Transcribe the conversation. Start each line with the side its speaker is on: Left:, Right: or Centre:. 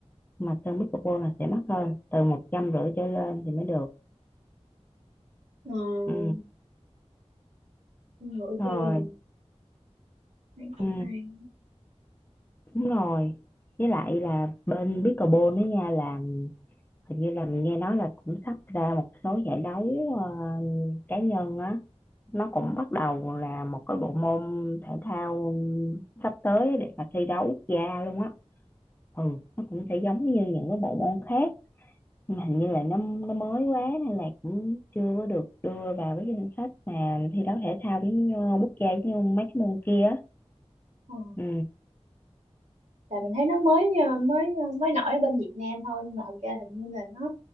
Left: Nhưng mà sân pickleball là sẽ mắc hơn từ một trăm rưỡi trở lên thì mới được
Right: Ờ,
Left: ừ
Right: không ngửi
Left: rồi
Right: trả lời thấy cũng
Left: ừ
Right: hay
Left: Đúng rồi. Với lại là bên pickleball đó nha là hình như là mình nghe nói là cũng sắp ra một số giải đấu ờ, cá nhân á, nó cũng bắt đầu là một cái bộ môn thể thao sắp tới để mà thi đấu quốc gia luôn á. Ừ, nó cũng sẽ giống như những cái bộ môn khác. Nhưng mà hình như là nó nó mới quá nên là cũng chưa có được đưa vào cái danh sách mà thi đấu thể thao với nhau- quốc gia như mấy cái môn kia á.
Right: ờ.
Left: Ừ.
Right: tại mình thấy nó mới ờ, mới ờ, mới nổi ở bên Việt Nam thôi nhưng mà thật ra hình như là nó